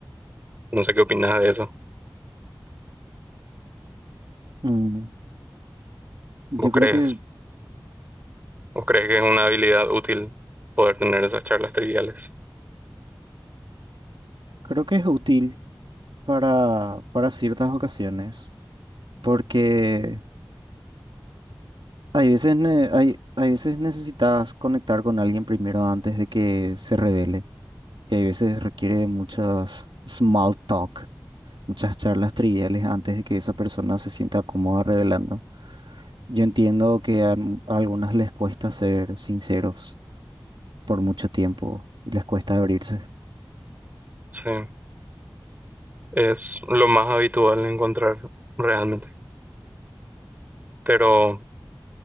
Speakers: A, on the right; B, on the right.
A: No sé qué opinas de eso.
B: Mm, Yo
A: ¿Vos
B: creo
A: crees,
B: que, es-
A: vos crees que es una habilidad útil poder tener esas charlas triviales?
B: creo que es útil para, para ciertas ocasiones, porque hay veces, ne- hay, hay veces necesitas conectar con alguien primero antes de que se revele. que a veces requiere de muchas small talk, muchas charlas triviales antes de que esa persona se sienta cómoda revelando. Yo entiendo que a, m- a algunas les cuesta ser sinceros por mucho tiempo y les cuesta abrirse.
A: Sí, es lo más habitual encontrar realmente. Pero